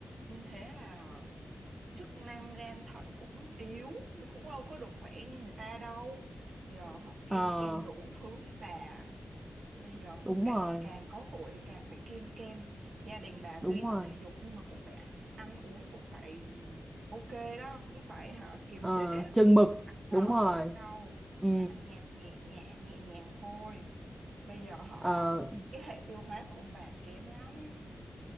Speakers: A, on the right (about 80°); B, on the right (about 20°).
A: nên thế là chức năng gan thận cũng yếu nó cũng đâu có được khỏe như người ta đâu giờ họ kiêng
B: Ờ,
A: kem đủ thứ hết bà bây giờ
B: đúng
A: cả-
B: rồi,
A: càng có tuổi thì càng phải kiêng kem gia đình bà
B: đúng
A: tuy
B: rồi.
A: tập thể dục nhưng mà cũng phải ăn uống cũng phải ừ, ok đó cũng phải hả kiềm
B: Ờ,
A: chế
B: chừng
A: không
B: mực,
A: được ăn ngọt
B: đúng rồi.
A: đâu
B: Ừ.
A: mà ăn nhạt nhẹ nhẹ nhẹ nhàng thôi bây giờ họ
B: Ờ,
A: cái hệ tiêu hóa của ông bà kém lắm